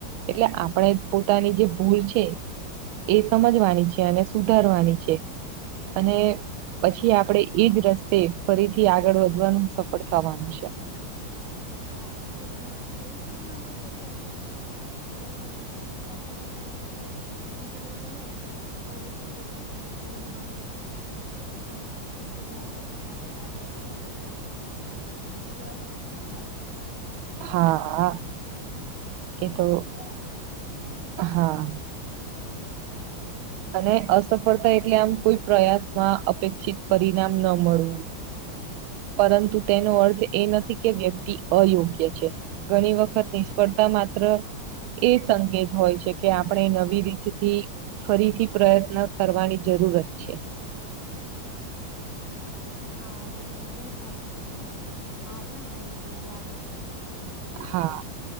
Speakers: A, on the right; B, on the left.
A: એટલે આપણે પો તાની જે ભૂલ છે, એ સમજવાની છે, અને સુધારવાની છે. અને પછી આપડણે ઈજ રસ્તે ફરીથી આગળ વધવાનું સફળ થવાનું છે.
B: હા તો તમે એવું કેવા માંગો સો કે. એને અસફળતાને આપણે નેગેટિવ રીતે નહીં પણ પોઝિટિવ રીતે એને ભૂલ માનીને એમાંથી શું સુધાર કરીને આપણે આગળ શીખી શકીએ? એવા પ્રયત્નો થાય.
A: હા હા
B: હમ
A: એ તો.
B: બરાબર છે.
A: હા. અને અસફળતા એટલે આમ કોઈ પ્રયાસમાં અપેક્ષિત પરિણામ ન મળવું. પરંતુ તેનો અર્થ એ નથી કે વ્યક્તિ અયોગ્ય છે. ઘણી વખત નિષ્ફર્તા માત્ર, એ સંકેત હોય છે કે આપણે નવી રીતથી, ફરીથી પ્રયત્ન કરવાની જરૂરત છે.
B: હા એ તો તમે એકદમ સાચું કીધું, હાર ના માનવી જોઈએ આપણેે
A: હા.